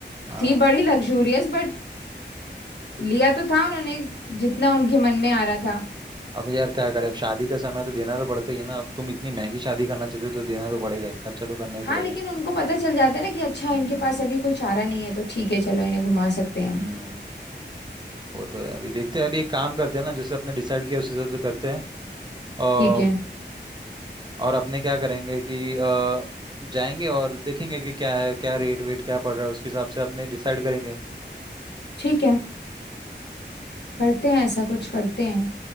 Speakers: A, on the right; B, on the left.
A: हाँ
B: थी बड़ी लग्जूरियस बट लिया तो था उन्होंने जितना उनके मन में आ रहा था
A: अब यार क्या करें अब शादी का समय है, तो देना तो पड़ता ही है ना अब तुम इतनी महंगी शादी करना चाहते हो तो देना तो पड़ेगा ही, खर्चा तो करना ही पड़ेगा
B: हाँ लेकिन उनको पता चल जाता है ना कि अच्छा
A: हम्म
B: इनके पास अभी कोई चारा नहीं है तो ठीक है चलो इन्हें घुमा सकते हैं
A: हम्म
B: हम
A: वो तो है अभी देखते हैं अभी एक काम करते हैं ना जैसे अपने डिसाइड किया उस हिसाब से करते हैं और
B: ठीक है
A: और अपने क्या करेंगे कि अ, जाएंगे और देखेंगे कि क्या है क्या रेट वेट क्या पड़ रहा है उसके हिसाब से अपने डिसाइड करेंगे
B: ठीक है करते हैं ऐसा कुछ
A: हम्म
B: करते हैं